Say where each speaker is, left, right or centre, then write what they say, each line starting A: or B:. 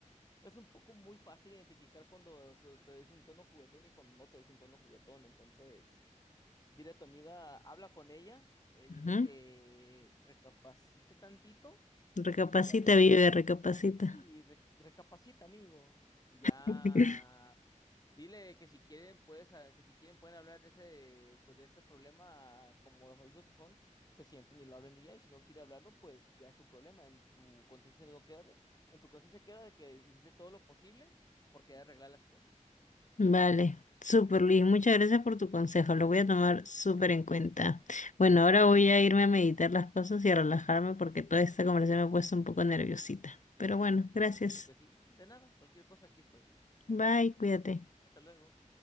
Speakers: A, on the left (about 30°); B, on the left (about 70°).
A: es un poco muy fácil identificar cuando o sea, te dicen tono juguetón y cuando no te dicen tono juguetón. Entonces, Dile a tu amiga, habla con ella, eh, dile
B: ajá.
A: que recapacite tantito
B: Recapacita,
A: y ya des...
B: vive, recapacita.
A: Sí, re- recapacita, amigo. Y ya
B: <laughs>
A: dile que si quieren puedes ah, que si quieren pueden hablar de ese pues de ese problema ah, como los adultos que son, se sienten y lo hablan y ya, y si no quiere hablarlo, pues ya es su problema. En tu conciencia no queda de- en tu conciencia queda de que hiciste todo lo posible por querer arreglar las cosas.
B: Vale, súper Luis, muchas gracias por tu consejo, lo voy a tomar súper en cuenta. Bueno,
A: De
B: ahora
A: nada,
B: voy a irme a meditar las cosas y a relajarme porque toda esta conversación me ha puesto un poco nerviosita. Pero bueno,
A: por
B: gracias.
A: supuesto que sí. De nada, cualquier cosa aquí estoy.
B: Bye, cuídate.
A: Hasta luego.